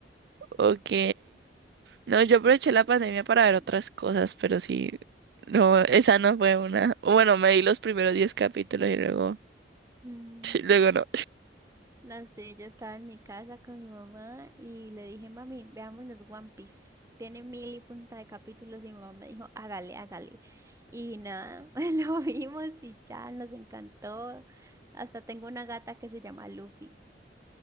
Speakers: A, on the right (about 70°); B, on the right (about 15°).
A: Ok. No, yo aproveché
B: Yo me
A: la
B: lo
A: pandemia
B: vi en
A: para
B: pandemia.
A: ver otras cosas, pero sí. No, esa no fue una. o Bueno, me di los primeros 10 capítulos y luego.
B: Mm,
A: <laughs> Luego no.
B: No sé, yo estaba en mi casa con mi mamá y le dije, mami, veámonos One Piece. Tiene mil y punta de capítulos y mi mamá me dijo, hágale, hágale. Y nada, <laughs> lo vimos y ya nos encantó. Hasta tengo una gata que se llama Luffy.